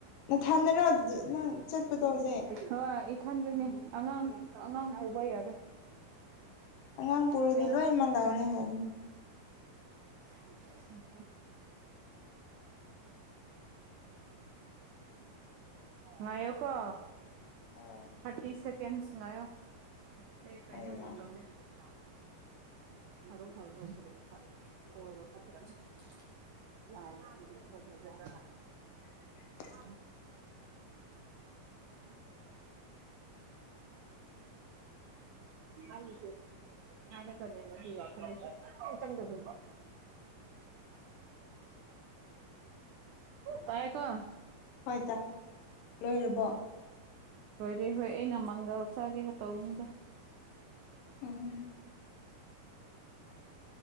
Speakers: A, on the left; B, on the right.
A: ꯅꯊꯟꯗꯔꯣ ꯅꯪ ꯆꯠꯄꯗꯣ ꯍꯧꯖꯤꯛ
B: ꯍꯣꯏ ꯃꯊꯟꯗꯅꯤ ꯑꯉꯥꯡ ꯑꯉꯥꯡ ꯄꯨꯕ ꯌꯥꯔꯣꯏ
A: ꯑꯉꯥꯡ ꯄꯨꯔꯗꯤ
B: ꯌꯥꯔꯦ
A: ꯂꯣꯃꯛ ꯅꯥꯒꯅꯤ ꯍꯥꯏ <inaudible>
B: <unintelligible> ꯉꯥꯢꯌꯣ ꯀꯣ
A: ꯍꯣꯏ
B: ꯊꯔꯇꯤ ꯁꯦꯀꯁ ꯉꯣꯌꯣ ꯑꯩ ꯀꯥꯏꯅꯣ
A: ꯍꯣꯏ ꯌꯥꯏ
B: ꯃ ꯇꯧꯒꯦ <unintelligible> ꯌꯥꯢ <unintelligible>
A: <unintelligible>
B: <unintelligible> ꯑꯩ ꯍꯔꯒꯅꯦ <unintelligible> ꯆꯪꯗ <unintelligible> ꯇꯥꯏꯌꯦ ꯀꯣ
A: ꯇꯥꯢ ꯂꯣꯏꯔꯕꯣ
B: ꯂꯣꯏꯔꯦ ꯍꯣꯏ ꯑꯩꯅ ꯃꯪꯒꯜ ꯆꯥꯒꯦ ꯇꯧꯏꯕꯅꯤꯗ
A: ꯎꯨꯝ